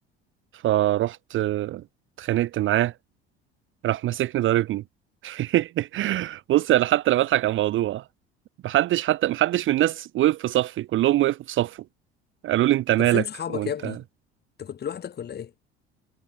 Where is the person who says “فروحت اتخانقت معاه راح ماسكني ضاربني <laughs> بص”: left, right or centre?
Right